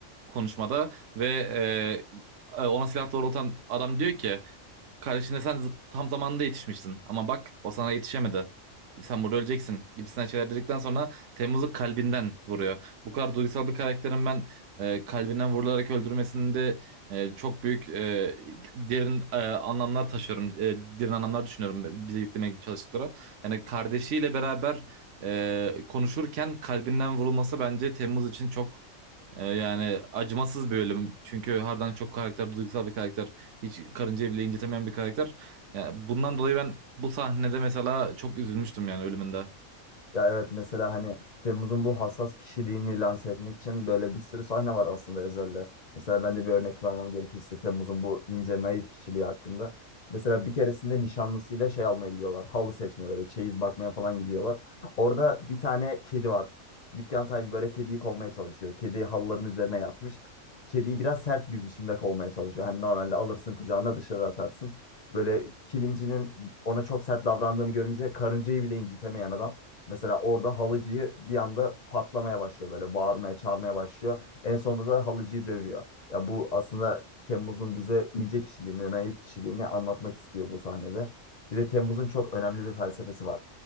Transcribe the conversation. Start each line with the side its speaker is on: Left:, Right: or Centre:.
Right: konuşmada ve e, e, ona silah doğrultan adam diyor ki Kardeşine sen z- tam zamanında yetişmiştin ama bak o sana yetişemedi. Sen burada öleceksin gibisinden şeyler dedikten sonra Temmuz'u kalbinden vuruyor. Bu kadar duygusal bir karakterin ben e, kalbinden vurularak öldürmesinde e, çok büyük e, derin e, anlamlar taşıyorum. E, derin anlamlar düşünüyorum bize yüklemeye çalıştıkları. Yani kardeşiyle beraber e, konuşurken kalbinden vurulması bence Temmuz için çok ee, yani acımasız bir ölüm. Çünkü harbiden çok karakter, duygusal bir karakter. Hiç karıncayı bile incitemeyen bir karakter. Yani bundan dolayı ben bu sahnede mesela çok üzülmüştüm yani ölümünde.
Left: Ya evet mesela hani Temmuz'un bu hassas kişiliğini lanse etmek için böyle bir sürü sahne var aslında Ezel'de. Mesela ben de bir örnek vermem gerekirse Temmuz'un bu ince naif kişiliği hakkında. Mesela bir keresinde nişanlısıyla şey almaya gidiyorlar. Halı seçmeye böyle çeyiz bakmaya falan gidiyorlar. Orada bir tane kedi var. Dükkan sahibi böyle kediyi kovmaya çalışıyor. Kedi halıların üzerine yatmış. Kediyi biraz sert bir biçimde kovmaya çalışıyor. Hani normalde alırsın kucağına dışarı atarsın. Böyle kilimcinin ona çok sert davrandığını görünce karıncayı bile incitemeyen adam Mesela orada halıcıyı bir anda patlamaya başlıyor böyle bağırmaya çağırmaya başlıyor. En sonunda da halıcıyı dövüyor. Ya bu aslında Temmuz'un bize ince kişiliğini, naif kişiliğini anlatmak istiyor bu sahnede. Bir de Temmuz'un çok önemli bir felsefesi var.